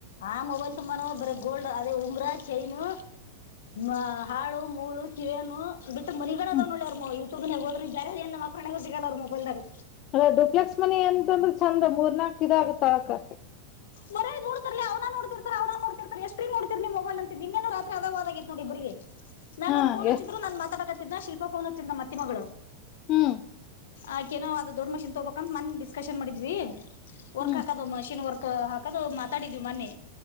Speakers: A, on the left (about 60°); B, on the left (about 35°).
A: ಆ ಮೊಬೈಲ್ ತುಂಬಾನೂ ಬರ ಗೋಲ್ಡ್ ಅದೇ ಉಂಗ್ರಾ ಚೈನು ಅ ಹಾಳು ಮೂಳು ಕಿವಿಯನು ಬಿಟ್ರ ಮನಿಗಳದಾವ
B: ಹ್ಮ್
A: ನೋಡ ಯೂಟ್ಯೂಬ್ ನಾಗ ಹೋದ್ರ ಬೇರೆ ಎಲ್ಲ ಮ ಪ್ರ ಸಿಗಲ್ಲಾರ ಮೊಬೈಲ್ದಾಗ
B: ಅದ ಡುಪ್ಲೆಕ್ಸ್ ಮನಿ ಎಂತಂದ್ರ ಚೆಂದ ಮೂರ್ನಾಕ್ ಇದ ಆಗತ್ ಅಳಕ
A: ಬರ ನೋಡ್ತಿರ್ಲಿ ಅವ್ನ ನೋಡ್ತಿರ್ತರ ಅವನ ನೋಡ್ತಿತಾರೆಎಷ್ಟರೀ ನೋಡ್ತಿರ ನೀವ್ ಮೊಬೈಲ್ ಅಂತ ನಿನ್ನೇನು ರಾತ್ರಿ ಅದ ವಾದ ಅಗೆತ ನೋಡ ಇಬ್ಬರಗಿ ನಾನ್
B: ಹಾ
A: ಅವ್ರ ಫೋನ್ ಹಚ್ಚಿದ್ರು
B: ಎಷ್ಟ್
A: ನಾನ್ ಮಾತಾಡಕತಿದ್ದೆ ಶಿಲ್ಪ ಫೋನ್ ಹಚ್ಚಿದ್ಲ ನಮ್ಮ ಅತ್ತಿ ಮಗಳ
B: ಹ್ಮ.
A: ಆಕೇನೋ ಅದ ದೊಡ್ ಮಷಿನ್ ತಗೋಬೇಕಂದ ಮನ್ನಿ ಡಿಸ್ಕಶನ್ ಮಾಡಿದ್ವಿ ವರ್ಕ್
B: ಹ್ಮ್
A: ಹಾಕದ ಮಷಿನ್ ವರ್ಕ್. ಹಾಕೋದ ಮಾತಾಡಿದ್ವಿ ಮನ್ನೆ